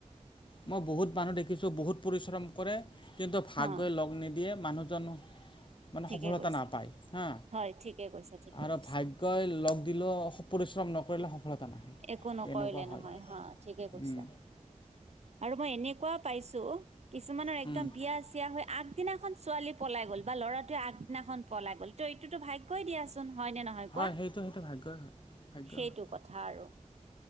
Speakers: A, on the left; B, on the right.
A: মই বহুত মানুহ দেখিছো বহুত পৰিশ্ৰম কৰে। কিন্তু ভাগ
B: হা
A: গৈ লগ নিদিয়ে মানুহজনো মানে
B: ঠিকে
A: সফলতা
B: কৈছা
A: নাপায় হা,
B: হয় ঠিকে কৈছা ঠিকে
A: আৰু
B: কৈছা
A: ভাগ্যই লগ দিলও পৰিশ্ৰম নকৰিলে সফলতা নাহে
B: একো নকৰিলে
A: এনেকুৱা হয়
B: নহয় হা ঠিকে কৈছা।
A: উম,
B: আৰু মই এনেকুৱা পাইছো, কিছুমানৰ
A: কিছুমানৰ
B: একদম বিয়া চিয় হৈ আগ আগদিনাখন ছোৱালী পলাই গ'ল বা ল'ৰাটোৱে আগদিনাখন পলাই গ'ল ত এইটোতো ভাগ্যই দিয়াচোন। হয় নে নহয়
A: হয়
B: কোৱা
A: সেইটো সেইটো ভাগ্যই হয় ভাগ্যয়
B: সেইটো
A: হয়।
B: কথা আৰু